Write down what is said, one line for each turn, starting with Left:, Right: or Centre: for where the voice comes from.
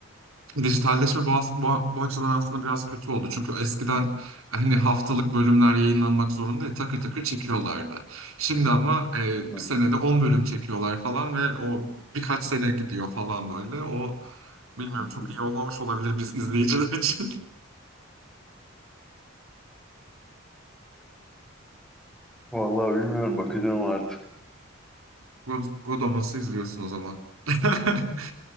Right: Dijitalleşme bu, as- bu, bu açıdan aslında biraz kötü oldu. Çünkü eskiden hani haftalık bölümler yayınlanmak zorunda takır takır çekiyorlardı. Şimdi ama e, bir
Centre: Hı
Right: senede
Centre: hı.
Right: 10 bölüm çekiyorlar falan ve o birkaç sene gidiyor falan böyle. O bilmiyorum
Centre: hı
Right: çok
Centre: hı.
Right: iyi olmamış olabilir biz izleyiciler için.
Centre: <laughs> Vallahi bilmiyorum bakacağım artık.
Right: <laughs> God- Godomas'ı izliyorsun o zaman. <laughs>